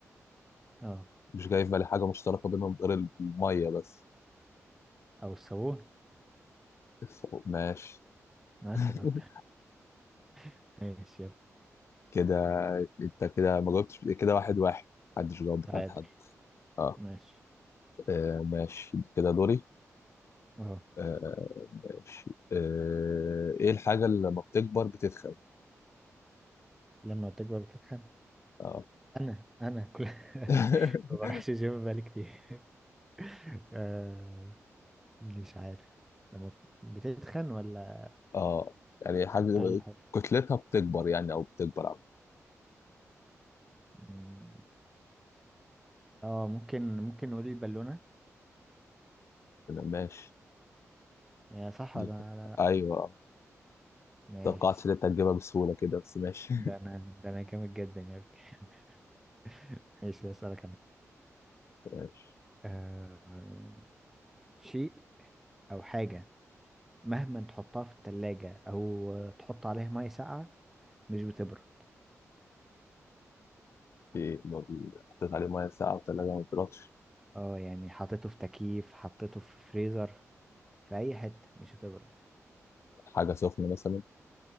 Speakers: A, in the centre; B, on the left.
A: اه
B: مش جاي في بالي حاجة مشتركة بينهم غير المية بس
A: او الصالون
B: الفوق، ماشي
A: مثلا
B: <laughs>
A: <laughs> ماشي يلا
B: كده انت كده ما جاوبتش كده واحد واحد محدش جاوب بتاعت
A: تعادل
B: حد اه
A: ماشي
B: آه، ماشي كده دوري
A: اه
B: آه، ماشي. آه، ايه الحاجة اللي لما بتكبر بتتخن
A: لما تكبر بتتخن
B: اه
A: انا انا كل <laughs>
B: <laughs>
A: ما بروحش جيم بقالي كتير <laughs> آه، مش عارف لما بتتخن ولا
B: اه يعني حاجة
A: بتختار الحر
B: كتلتها بتكبر يعني او بتكبر عم.
A: مم. اه ممكن ممكن نقول البالونة
B: ماشي
A: يا صح
B: جدا
A: ولا لا لا
B: ايوه آه.
A: ماشي
B: توقعتش ان انت هتجيبها بسهولة كده بس ماشي
A: ده انا ده انا جامد جدا يا ابني <laughs> ماشي اسألك انا
B: <laughs> ماشي
A: آه، شيء او حاجة مهما تحطها في التلاجة او تحط عليها مية ساقعة مش بتبرد
B: ايه ما بي- حطيت عليه ميه ساقعة وتلاجة ما بيرطش
A: اه يعني حطيته في تكييف حطيته في فريزر في اي حتة مش هتبرد
B: حاجة سخنة مثلا